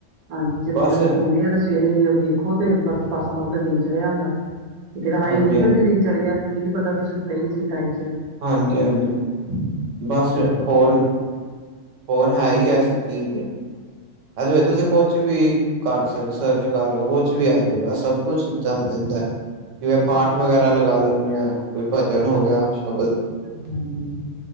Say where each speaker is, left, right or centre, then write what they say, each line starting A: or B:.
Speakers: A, on the right; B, on the right.
A: ਹਾਂਜੀ, ਜਦੋਂ-ਜਦੋਂ
B: ਬਸ
A: ਸੋਨੇ ਆ ਤੇ ਸਵੇਰੇ ਦੇਖੋ ਤੇ ਬਸ ਪਾਸਾ ਮਾਸਾ ਦਿਨ ਚੜਿਆ ਹੁੰਦਾ। ਤੇ ਫਿਰ ਹਾਏ
B: ਹਾਂਜੀ
A: ਇੰਨੀ ਚੱਲਦੀ
B: ਹਾਂਜੀ
A: ਦਿਨ ਚੜ੍ਹ ਗਿਆ। ਇਹ ਨੀ ਪਤਾ ਅਸੀ ਸੁੱਤੇ ਈ ਨੀ ਸੀ ਟਾਈਮ ਸਿਰ।
B: ਹਾਂਜੀ-ਹਾਂਜੀ, ਬਸ
A: ਹਾਂਜੀ,
B: ਹੋਰ? ਫ਼ੋਨ ਹੈ ਈ ਐਸੀ ਚੀਜ਼ ਏ। ਏਹਦੇ 'ਚ ਤੁਸੀ ਕੁਛ ਵੀ ਕਰ ਸਕ, ਸਰਚ ਕਰ ਕੁਛ ਵੀ ਆਜੇਗਾ। ਸਭ ਕੁਛ ਚੱਲ ਦਿੰਦਾ। ਜਿਵੇਂ ਪਾਠ
A: ਹਾਂਜੀ-ਹਾਂਜੀ
B: ਵਗੈਰਾ ਲਗਾ ਲੈਂਨੇ ਆ, ਕੋਈ ਭਜਨ
A: ਪਾਠ
B: ਹੋ
A: ਵਗੈਰਾ,
B: ਗਿਆ ਸ਼ਬਦ
A: ਹਾਂਜੀ-ਹਾਂਜੀ।